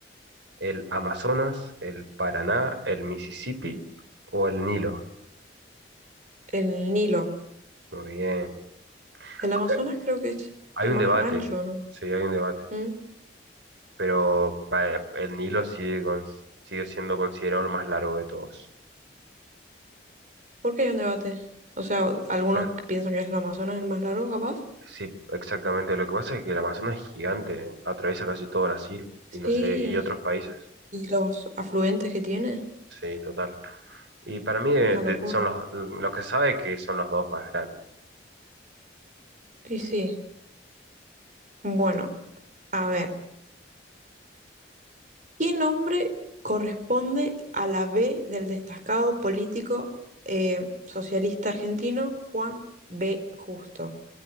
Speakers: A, on the right; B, on the right.
A: ¿El Amazonas, el Paraná, el Mississippi o el Nilo?
B: El Nilo.
A: Muy bien.
B: El Amazonas
A: Ok,
B: creo que es
A: Hay
B: el
A: un
B: más
A: debate,
B: ancho, ¿no?
A: sí, hay un debate,
B: ¿Mm?
A: pero pa- el Nilo sigue, con- sigue siendo considerado el más largo de todos.
B: ¿Por qué hay un debate? O sea, algunos
A: Por-
B: que piensan que es el Amazonas el más largo, capaz.
A: sí, exactamente. Lo que pasa es que el Amazonas es gigante, ¿eh? Atraviesa casi todo Brasil
B: Sí,
A: y no sé, y otros países.
B: y los afluentes que tiene,
A: Sí, total. Y para mí de-
B: una
A: de-
B: locura.
A: son los, lo que se sabe que son los dos más grandes.
B: Y sí, bueno, a ver. ¿Qué nombre corresponde a la B del destacado político eh, socialista argentino Juan B. Justo?